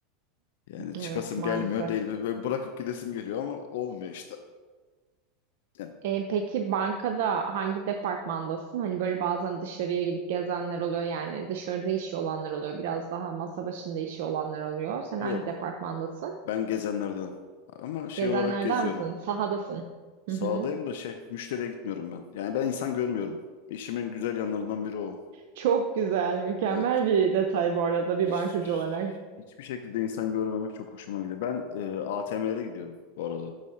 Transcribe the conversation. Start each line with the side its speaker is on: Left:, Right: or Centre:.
Left: Yani çıkasım
Right: evet maalesef.
Left: gelmiyor değil ve ve bırakıp gidesim geliyor ama olmuyor işte. Yani
Right: Eee, peki bankada hangi departmandasın? Hani böyle bazen dışarıya gidip gezenler oluyor yani dışarıda işi olanlar oluyor. Biraz daha masa başında işi olanlar oluyor. Sen
Left: yok.
Right: hangi departmandasın?
Left: Ben gezenlerden. Ama şey
Right: Gezenlerden
Left: olarak geziyorum.
Right: misin? Sahadasın.
Left: Sağdayım
Right: Hı hı.
Left: da şey müşteriye gitmiyorum ben. Yani ben insan görmüyorum. İşimin güzel yanlarından biri o.
Right: Çok güzel, mükemmel
Left: Evet.
Right: bir detay bu arada bir
Left: Hiç-
Right: bankacı olarak.
Left: Hiçbir şekilde insan görmemek çok hoşuma gidiyor. Ben e, ATM'lere gidiyorum bu arada.